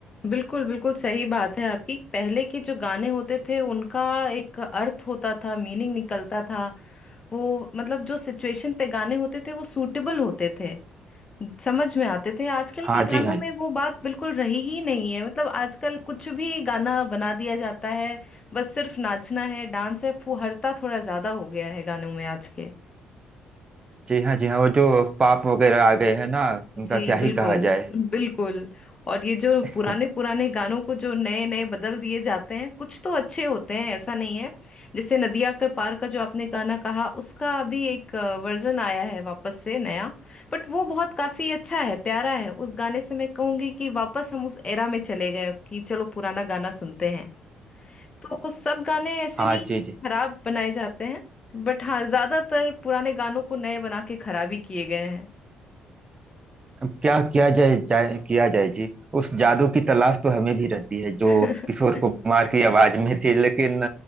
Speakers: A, on the left (about 35°); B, on the right (about 35°).
A: बिल्कुल बिल्कुल सही बात है आपकी पहले के जो गाने होते थे उनका एक अर्थ होता था मीनिंग निकलता था वो मतलब जो सिचुएशन पे गाने होते थे वो सूटेबल होते थे समझ में आते थे आजकल
B: हाँ
A: के गानों
B: जी हाँ
A: में वो बात बिल्कुल रही ही नहीं है मतलब आजकल कुछ भी गाना बना दिया जाता है बस सिर्फ नाचना है डांस है फुहरता थोड़ा ज्यादा हो गया है गानों में आज के
B: जी हाँ जी हाँ वो जो पाप वगैरह आ गए हैं ना उनका
A: जी
B: क्या
A: बिल्कुल
B: ही कहा जाए
A: बिल्कुल और ये जो
B: <laughs>
A: पुराने पुराने गानों को जो नए नए बदल दिए जाते हैं कुछ तो अच्छे होते हैं ऐसा नहीं है जैसे नदिया के पार का जो आपने गाना कहा उसका अभी एक वर्जन आया है वापस से नया बट वो बहुत काफी अच्छा है प्यारा है उस गाने से मैं कहूंगी कि वापस हम उस एरा में चले गए कि चलो पुराना गाना सुनते हैं तो वो सब गाने ऐसे
B: हाँ
A: नहीं
B: जी
A: है कि
B: जी
A: खराब बनाए जाते हैं बट हाँ ज्यादातर पुराने गानों को नए बना के खराब ही किए गए हैं
B: अब क्या किया जाए, जाए किया जाए जी उस जादू की तलाश तो हमें भी रहती है जो
A: <laughs>
B: किशोर कुमार की आवाज में थी लेकिन